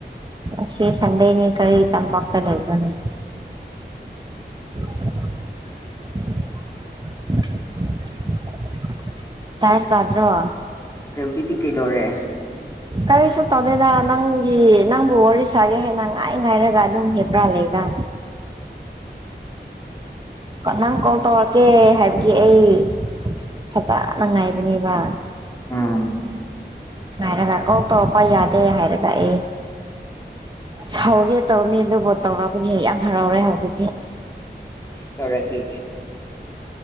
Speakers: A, on the right; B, on the left.
A: ꯑꯁꯤ ꯁꯟꯗꯦꯅꯤ ꯀꯔꯤ ꯇꯄꯥꯛꯇ ꯂꯩꯕꯅꯦ <inaudible> ꯆꯥꯔꯖ ꯆꯥꯗ꯭ꯔꯣ
B: ꯍꯧꯖꯤꯛꯇꯤ ꯀꯩꯗꯧꯔꯦ
A: ꯀꯔꯤꯁꯨ ꯇꯧꯗꯦꯗ ꯅꯪꯒꯤ ꯅꯪꯕꯨ ꯋꯥꯔꯤ ꯁꯥꯒꯦ ꯍꯥꯏꯅ ꯉꯥꯏ ꯉꯥꯏꯔꯒ ꯑꯗꯨꯝ ꯍꯦꯞꯄ꯭ꯔꯥ ꯂꯩꯗ ꯅꯪ ꯀꯣꯜ ꯇꯧꯔꯛꯀꯦ ꯍꯥꯏꯕꯒꯤ ꯑꯩ ꯐꯖꯅ ꯉꯥꯏꯕꯅꯦꯕ
B: ꯎꯝ
A: ꯍꯥꯏꯔꯒ ꯀꯧ ꯇꯧꯔꯛꯄ ꯌꯥꯗꯦ ꯍꯥꯏꯔꯒ ꯑꯦ ꯁꯧꯒꯦ ꯇꯧꯅꯤ ꯑꯗꯨꯕꯨ ꯇꯧꯔꯛꯄꯗꯤ ꯍꯦꯛ ꯌꯥꯝ ꯍꯔꯥꯎꯔꯦ ꯍꯧꯖꯤꯛꯇꯤ
B: ꯇꯧꯔꯛꯀꯦ